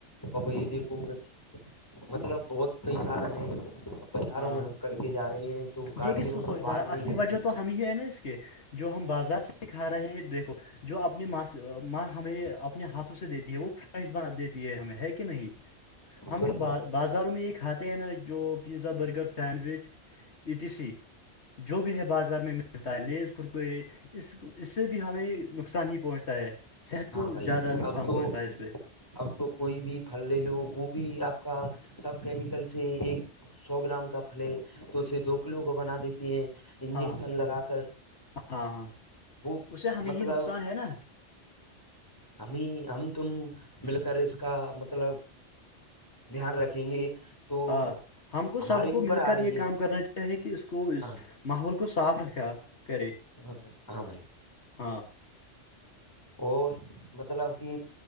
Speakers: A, on the left; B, on the left.
A: اب یہ دیکھو گا مطلب بہت کئی کارن ہے بازاروں
B: ہاں
A: میں کر کے جا رہے ہیں تو گاڑیوں
B: یہ کس سوچتا
A: کو پار
B: ہے اصلی
A: نہیں
B: وجہ تو ہم ہی ہے نا اس کے جو ہم بازار سے ہی کھا رہے ہیں دیکھو جو اپنی ماس ماں ہمیں اپنے ہاتھوں سے دیتی ہے وہ فریش بنا دیتی ہے ہمیں ہے کہ نہیں ہم
A: تو
B: جو
A: ہی
B: ب بازاروں میں یہ کھاتے ہیں نا جو pizza burger sandwich E T C جو بھی ہے بازار میں ملتا ہے لیز کرکریے اس اس سے ہمیں نقصان ہی پہنچتا ہے صحت کو
A: ہاں بھائی
B: زیادہ نقصان
A: اب تو
B: پہنچتا ہے اس سے
A: اب تو کوئی بھی پھل لے لو وہ بھی آپ کا سب کیمیکل سے ایک سو گرام کا پھلے تو اسے دو کلو کو بنا دیتی ہیں انجیکشن
B: ہاں
A: لگا کر
B: ہاں ہاں
A: وہ
B: اس سے ہمیں
A: مطلب
B: ہی نقصان ہے نا
A: ہمیں ہم تم مل کر اس کا مطلب دھیان رکھیں گے تو
B: ہاں
A: مطلب
B: ہم کو سب
A: ہمارے
B: کو
A: اوپر
B: مل
A: آ
B: کر
A: رہی
B: یہ
A: ہے
B: کام کرنا ہے کہ اس کو اس
A: ہاں
B: ماحول کو صاف رکھا کرے
A: ہاں بھائی ہاں بھائی
B: ہاں <inaudible>
A: اور مطلب کہ